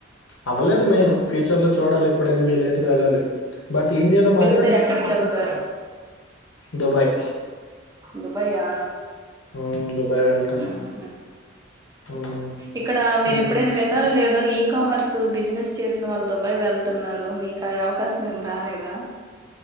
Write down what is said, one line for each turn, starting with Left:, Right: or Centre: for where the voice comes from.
Left: అవ్వలేదు మెయిన్ ఫ్యూచర్లో చూడాలి ఎప్పుడైనా వీళ్లైతే వెళ్ళాలి బట్ ఇండియాలో మాత్
Right: తే ఎక్కడికి వెళ్తారు
Left: దుబాయ్
Right: దుబయ్యా
Left: ఉమ్, దుబాయ్ వెళ్తాను
Right: ఉహు
Left: ఉమ్,
Right: ఇక్కడ మీరు
Left: ఈ-
Right: ఎప్పుడైనా విన్నారో లేదా ఈ కామర్స్ బిజినెస్ చేసిన వాళ్ళు దుబాయి వెళ్తున్నారు మీకు అవకాశం ఏం రాలేదు అ